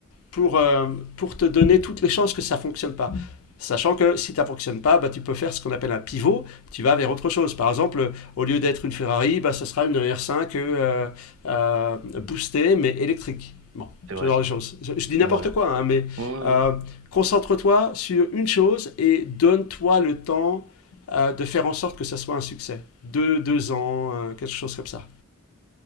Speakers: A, on the left (about 75°); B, on the right (about 60°).
A: pour, euh, pour te donner toutes les chances que ça ne fonctionne pas. Sachant que si ça ne fonctionne pas, bah, tu peux faire ce qu'on appelle un pivot, tu vas vers autre chose. Par exemple, au lieu d'être une Ferrari, bah, ça sera une R5 euh, euh, boostée mais électrique. Bon,
B: C'est vrai.
A: ce genre de choses. Je, je dis n'importe
B: Ouais, ouais.
A: quoi, hein, mais
B: Ouais, ouais,
A: euh,
B: ouais.
A: concentre-toi sur une chose et donne-toi le temps euh, de faire en sorte que ça soit un succès. Deux, deux ans, euh, quelque chose comme ça.